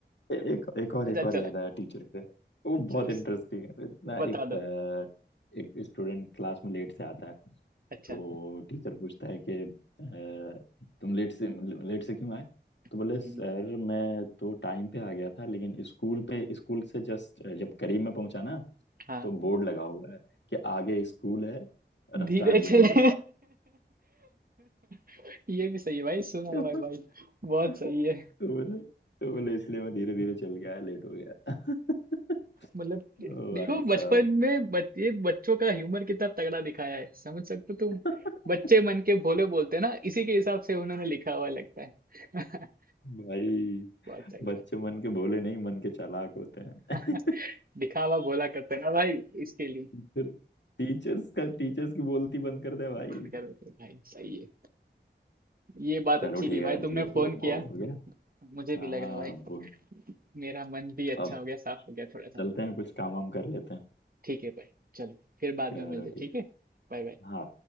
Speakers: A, on the left; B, on the right.
A: ए, एक एक और
B: अच्छा
A: एक और
B: चले
A: याद आया टीचर से वो बहुत
B: चलो
A: इंटरेस्टिंग है इतना
B: बता
A: एक अ,
B: दो
A: एक स्टूडेंट क्लास में लेट से आता है
B: अच्छा
A: तो टीचर पूछता है कि अ, तुम लेट से लेट से क्यों आए
B: हम्म,
A: तो बोले सर मैं तो टाइम पे आ गया था लेकिन स्कूल पे स्कूल से जस्ट जब करीब में पहुंचा ना
B: हाँ
A: तो बोर्ड लगा हुआ है कि आगे स्कूल है रफ्तार
B: धीरे चले
A: धीमी रखा
B: <laughs> ये भी सही है भाई सुना
A: है
B: भाई
A: <laughs>
B: भाई बहुत
A: तो
B: सही है
A: बोले तो बोले इसलिए मैं धीरे धीरे चल गया लेट हो गया <laughs>
B: मतलब ये-
A: ओ
B: देखो
A: भाई साहब
B: बचपन में बच, ये बच्चों का ह्यूमर कितना तगड़ा दिखाया है समझ सकते हो तुम
A: हाँ,
B: बच्चे मन के भोले बोलते हैं ना इसी के हिसाब से उन्होंने लिखा हुआ लगता है <laughs>
A: भाई
B: बहुत सही
A: बच्चे
B: है
A: मन के भोले नहीं मन के चालाक होते हैं
B: <laughs> दिखावा भोला करते हैं ना भाई इसके लिए
A: टीचर टीचर्स का टीचर्स की बोलती बंद कर दे भाई
B: बंद कर देते हैं भाई सही है ये बात
A: चलो
B: अच्छी की
A: ठीक
B: भाई
A: है यार
B: तुमने
A: जोक
B: फोन
A: वो बहुत
B: किया
A: हो गया
B: मुझे भी
A: हाँ
B: लगा भाई
A: अब
B: मेरा मन भी अच्छा
A: अब
B: हो गया साफ हो गया थोड़ा सा
A: चलते हैं कुछ काम वाम कर लेते हैं
B: ठीक है भाई चलो फिर बाद
A: चलो
B: में मिलते हैं,
A: ठीक
B: ठीक है Bye bye
A: हाँ